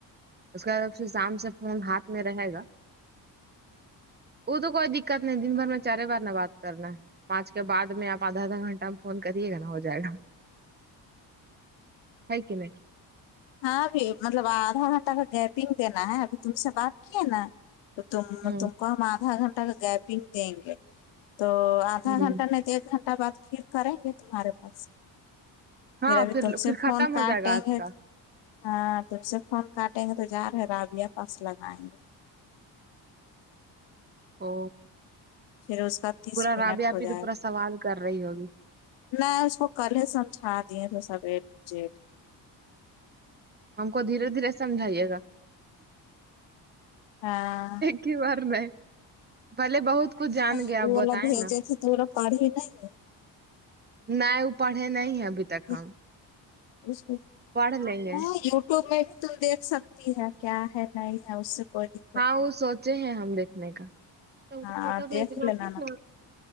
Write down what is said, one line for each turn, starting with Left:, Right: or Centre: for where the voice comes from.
Right: ا کا پھر شام سے فون ہاتھ میں رھیگا وہ تو کوئی دقت نہیں دن بھر میں چارے بار نہ بات کرنا پانچ کے بعد میں آپ آدھا آدھا گنٹہ میں فون کریے گا نہ ہو جائے گا ہے ک نی
Left: ہاں ابھی مطلب آدھا گھنٹہ کا گیپنگ دینا ہے ابھی تم سے بات کیے نا تو تم
Right: ہوں
Left: تم کو ہم آدھا گھنٹہ کا گیپنگ دیں گے تو آدھا
Right: ہوں
Left: گھنٹہ نہیں تو ایک گھنٹہ بعد پھر کریں گے تمہارے پاس
Right: ہاں
Left: پھر ابھی تم سے
Right: پھر ختم
Left: فون
Right: ہو
Left: کاٹیں
Right: جائے گا آج
Left: گے
Right: کا
Left: ہاں تم سے فون کاٹیں گے تو جا رہے رابیا پس لگائیں گے
Right: او
Left: پھر اس کا تیس
Right: پورا
Left: منٹ
Right: رابیہ
Left: ہو
Right: آپی
Left: جائے
Right: تو پورا سوال کر رہی ہوگی
Left: گا، میں اس کو کل ہی سمجھا دیے تھے سب ایڈ ٹو جیڈ
Right: ہم کو دھیرے دھیرے سمجھائیے گا
Left: ہاں
Right: ک بار نہیں پہلے بہت کچھ جان
Left: ہاں
Right: گیا آپ
Left: وہ
Right: بتائیں
Left: لا بھیج
Right: نا
Left: تھدا تو وہ پاڈی ہی نہیں
Right: نہیں وہ پڑھے نہیں ہے ابھی تک
Left: گئے
Right: ہم
Left: اس کو
Right: پاڑ لے لے
Left: ہاں یوٹیوب میں بھی ت دیکھ سکتی ہے کیا ہے نہیں ہے اس سے کوئی
Right: ہاں
Left: نہیں
Right: وہ سوچے ہیں ہم دیکھنے کا
Left: ہاں
Right: فوٹو
Left: دیکھ
Right: بھیجنا
Left: لینا
Right: کی
Left: نا
Right: کیا